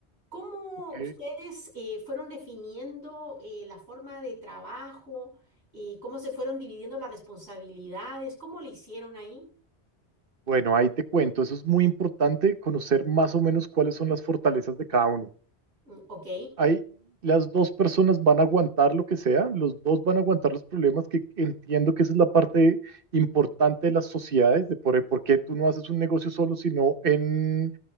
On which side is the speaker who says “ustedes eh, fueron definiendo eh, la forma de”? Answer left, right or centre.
Right